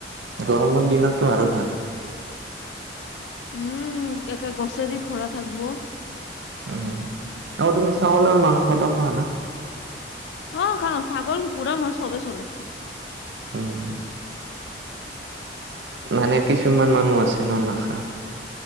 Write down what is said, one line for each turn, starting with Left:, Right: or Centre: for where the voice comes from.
Right: গৰমৰ দিনতটো আৰু ভাল।
Left: উম ', একে গছেদি ভৰা থাকিব।
Right: উম ', আৰু তুমি চাউলৰ মাংসটো খোৱা না?
Left: অহ ', খাওঁ ছাগল কুকুৰা ম চবেই চলে।
Right: উম ', মানে কিছুমান মানুহ আছে ন নখা।